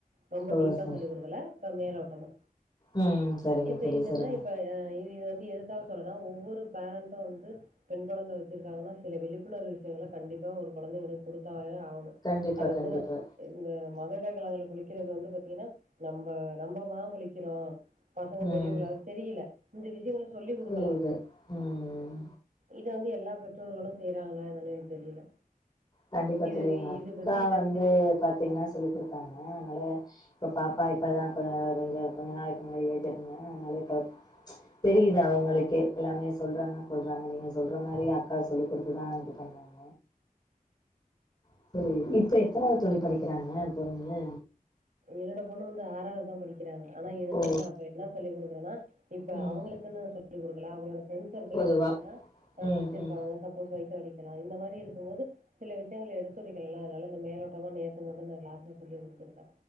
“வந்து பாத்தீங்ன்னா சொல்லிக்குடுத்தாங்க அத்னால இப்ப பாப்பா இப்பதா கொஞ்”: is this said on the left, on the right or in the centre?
Left